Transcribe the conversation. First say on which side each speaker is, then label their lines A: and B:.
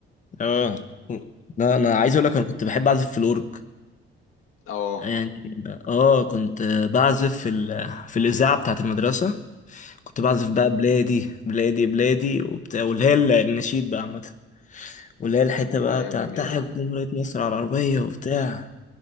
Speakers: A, on the left (about 35°); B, on the left (about 85°).
A: اه لا انا عايز اقول لك انا كنت بحب اعزف في الاورج
B: اه
A: يعني اه كنت بعزف في ال... في الاذاعه بتاعه المدرسه كنت بعزف بقى بلادي بلادي بلادي وبتاع واللي هي ال- النشيد بقى عامه واللي هي الحته
B: والله
A: بقى
B: أيام
A: بتاع
B: جميلة
A: تحيا
B: يا عم
A: جمهوريه مصر على العربيه وبتاع